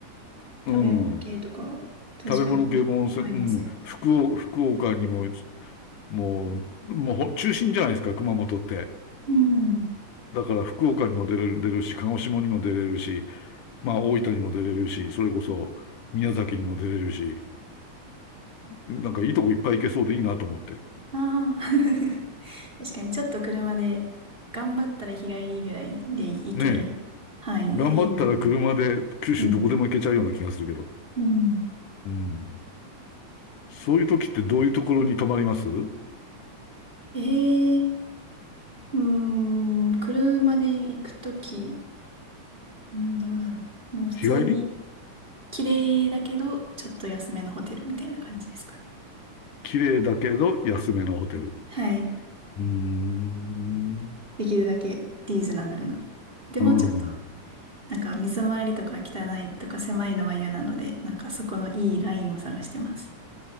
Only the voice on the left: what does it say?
うん。
食べ物系も温泉、うん。福岡、福岡にも、もう、もうほ中心じゃないですか、熊本って。
だから福岡にも出れる、出るし、鹿児島にも出れるし、まあ大分にも出れるし、それこそ宮崎にも出れるし、なんかいいとこいっぱい行けそうでいいなと思って。
ねえ。頑張ったら車で九州どこでも行けちゃうような気がするけど。
うん。そういう時ってどういうところに泊まります
日帰り
綺麗だけど安めのホテル。
うーん。
うん。